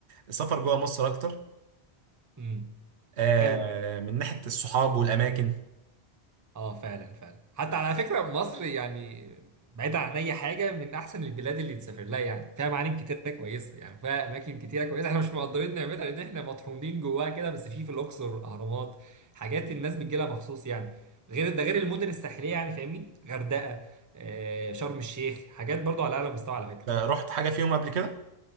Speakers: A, on the right (about 90°); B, on the right (about 20°).
A: السفر جوه مصر اكتر
B: امم
A: آه
B: حلو
A: من ناحية الصحاب والاماكن
B: اه فعلا فعلا حتى على فكرة مصر يعني بعيد عن اي حاجة من احسن البلاد اللي تسافر لها يعني فيها معالم كتيرة كويسة يعني فيها اماكن كتيرة كويسة احنا مش مقدرين نعمتها لان احنا مطحونين جواها كده بس في في الاقصر اهرامات حاجات الناس بتجيلها مخصوص يعني غير ده غير المدن الساحلية يعني فاهمني غردقة آه شرم الشيخ حاجات برضو على اعلى مستوى على فكرة
A: آه، رحت حاجة فيهم قبل كده